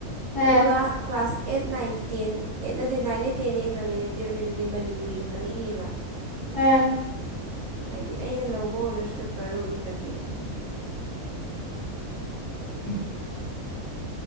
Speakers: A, on the left (about 25°); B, on the right (about 65°).
A: ꯑꯥ
B: ꯑꯗꯨꯒ class eight nine ten eight ꯅꯠꯇꯦ ꯅꯥꯏꯟꯅꯟꯅꯦ ꯇꯦꯟꯅꯦ ꯏꯂꯕꯦꯦ ꯇꯨꯌꯦꯜꯞꯅꯦ ꯑꯗꯨꯗꯤ ꯃꯅꯤꯄꯨꯔꯤ ꯈꯛꯇꯪ ꯏꯑꯕ
A: ꯎꯝ
B: ꯍꯥꯏꯗꯤ ꯑꯩꯅ ꯂꯧꯕ ꯑꯣꯅꯔꯁ ꯄꯦꯄꯔꯗꯣꯏ ꯏꯗꯗꯤ ꯑꯩꯗꯤ
A: ꯎꯝ